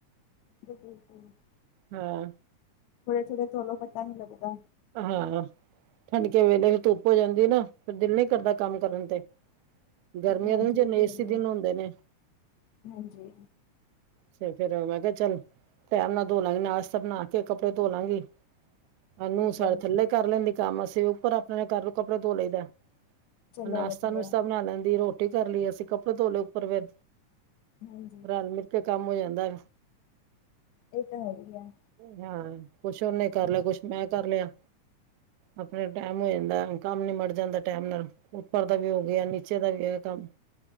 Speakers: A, on the left; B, on the right.
A: ਥੋੜੇ
B: ਹਾਂ,
A: ਥੋੜੇ ਧੋਲੋ ਪਤਾ ਨੀ ਲੱਗਦਾ
B: ਹਾਂ ਠੰਡਕੇ ਵੇਲੇ ਫਿਰ ਧੁੱਪ ਹੋ ਜਾਂਦੀ ਨਾ। ਫਿਰ ਦਿਲ ਨੀ ਕਰਦਾ ਕੰਮ ਕਰਨ ਤੇ ਗਰਮੀਆਂ
A: ਹਾਂਜੀ
B: ਦੇ ਵੀ ਜਨ
A: ਇਹ ਤੇ
B: ਏਸੀ
A: ਹੈ ਹੀ ਹੈ
B: ਦਿਨ ਹੁੰਦੇ ਨੇ।
A: ਹਾਂਜੀ।
B: ਚ ਫੇਰ ਮੈਂ ਕਿਹਾ ਚੱਲ ਪੈਰ ਨਾਲ ਧੋ ਲਾਂਗੇ ਨਾਸ਼ਤਾ ਬਣਾ ਕੇ ਕੱਪੜੇ ਧੋ ਲਾਂਗੀ। ਆਨੂੰ
A: ਹਾਂਜੀ
B: ਸਾਡੇ
A: ਹਾਂਜੀ
B: ਥੱਲੇ ਕਰ ਲੈਂਦੀ ਕੰਮ ਅਸੀਂ ਉੱਪਰ ਆਪਣੇ ਕਰ ਲ ਕੱਪੜੇ ਧੋ ਲਈ ਦਾ
A: ਚਲੋ
B: ਨਾਸ਼ਤਾ-ਨੁਸ਼ਤਾ
A: ਵਧੀਆ
B: ਬਣਾ ਲੈਂਦੀ ਰੋਟੀ ਕਰ ਲਈ ਅਸੀਂ ਕੱਪੜੇ ਤੋਲੇ ਉੱਪਰ ਫਿਰ
A: ਹਾਂਜੀ
B: ਰਲ ਮਿਲ ਕੇ ਕੰਮ ਹੋ ਜਾਂਦਾ।
A: ਇਹ ਤਾਂ ਹੈਗੀ ਆ।
B: ਹਾਂ ਕੁਛ ਉਹਨੇ ਕਰ ਲਿਆ, ਕੁਛ ਮੈਂ ਕਰ ਲਿਆ ਆਪਣੇ ਟੈਮ ਹੋ ਜਾਂਦਾ। ਕੰਮ ਨਿਮੜ ਜਾਂਦਾ ਟਾਈਮ ਨਾਲ, ਉੱਪਰ ਦਾ ਵੀ ਹੋ ਗਿਆ ਨੀਚੇ ਦਾ ਵੀ ਹੈਗਾ ਕੰਮ।